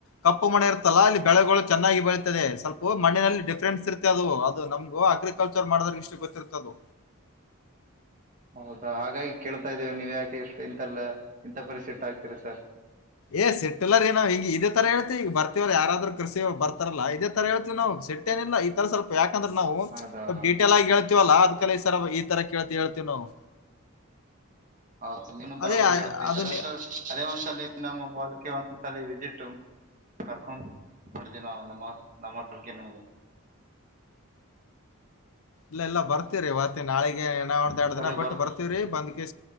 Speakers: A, on the left (about 85°); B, on the right (about 35°).
A: ಕಪ್ಪು ಮಣ ಇರುತ್ತದೆ ಲ ಅಲ್ಲಿ ಬೆಳೆಗಳು ಚೆನ್ನಾಗಿ ಬೆಳೀತದೆ ಸ್ವಲ್ಪ ಮನಲ್ಲಿ ಡ ಇರ್ತ ಅದು ಅದು ನಮ್ಗು ಅಗ್ರಿಕಲ್ಚರ್ ಮಾಡಿದ್ರ ಇಷ್ಟು ಗೊತ್ತಿರ್ತದು
B: ಹೌದಾ ಹಾಗಾಗಿ ಕೇಳ್ತಾ ಇದೀವಿ ನೀವ್ ಯಾಕೆ ಎಷ್ಟು ಇಥಲ್ಲ ಇಂಥ ಪರಿಸ್ಟ್ಟ ಆಗ್ತೀರಿ ಸರ್
A: ಏ ಸಿಟ್ಟಿಲ್ಲರಿ ನಾವ್ ಹಿಂಗ ಇದೇ ತರ ಹೇಳ್ತಿ ಈಗ ಬರ್ತಿವಲ್ಲ ಯಾರಾದ್ರರು ಕೃಷಿ ಬರ್ತಾರಲ್ಲ ಇದೇ ತರ ಹೇಳ್ತಿವಿ ನಾವವು ಸಟ್ಟ ಏನಿಲ್ಲಲ್ಲ ಈ ತರ ಸ್ವಲ್ಪ ಯಕೆ ಯಾಕಂದ್ರೆ ನಾವು
B: ಹೌದೌದೌದು
A: ಸ್ವಲ್ ಡೀಟೇಲ್ ಆಗಿ ಹೇಳ್ತಿವಲ್ಲ ಅದ್ ಕಲ್ಲ ಈ ಸರ ಈ ತರ ಕೇಳ್ತಿವಿ ಹೇಳ್ತೀವಿ ನಾವು
B: ಹೌ ಸ ನೀನು ಬರಾಬರಿ
A: ಅದೇ ಅ-
B: ಹೇಳ್ತಿದರ
A: ಅದು
B: ಸರ್ ಅದೇ ಒಂದ್ಸಲ ನಮ್ಮ ಹಲಕ್ಕೆೆ ಒಂದ್ ಸಲ ವಿಸಿಟ್ ಕರ್ಕೊಂಡ್ ಮಾಡಿದ್ದೇ ನಾವು ನಮ್ಮ ನಮ್ಮಕ್ಕೆ ನಿಮಗ
A: ಇಲ್ಲ ಎಲ್ಲ ಬರ್ತೀರಿವತ್ತೆ ನಾಳೆ ನಾವ ಒಂದ್
B: ಒಂದ್ಸಲಿ
A: ಎರಡ್ ದಿನ ಬಿಟ್ಟು
B: ಬರ್ತ
A: ಬರ್ತೀವ್ರೀ ಬಂದ್ ಕಿ